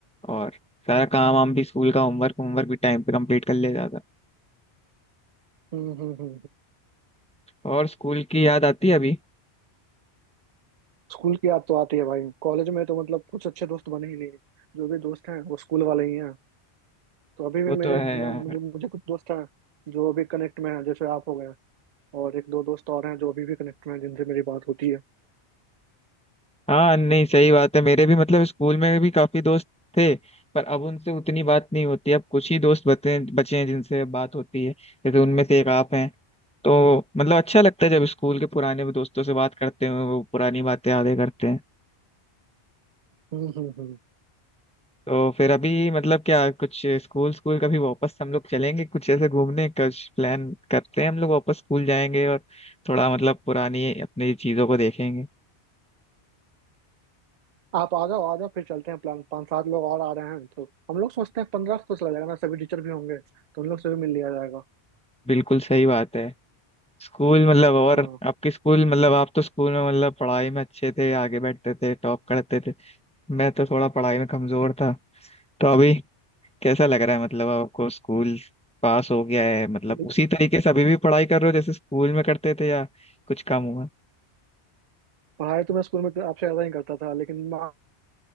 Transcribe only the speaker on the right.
हम्म हम्म हम्म
स्कूल की याद तो आती है भाई कॉलेज में तो मतलब कुछ अच्छे दोस्त बने ही नहीं जो भी दोस्त हैं वो स्कूल वाले ही हैं तो अभी भी
मेरे
मैं मुझे मुझे कुछ दोस्त हैं जो अभी कनेक्ट में हैं जैसे आप हो गए और एक दो दोस्त और हैं जो अभी भी कनेक्ट में हैं जिनसे मेरी बात होती है
हम्म हम्म हम्म।
आप आ जाओ आ जाओ फिर चलते हैं प्लान पाँच सात लोग और आ रहे हैं तो हम लोग सोचते हैं पंद्रह को चला जाएगा ना सभी टीचर भी होंगे तो उन लोग से भी मिल लिया जाएगा
हाँ
ले-
पढ़ाई तो मैं स्कूल में तो आपसे ज्यादा ही करता था लेकिन मार्क्स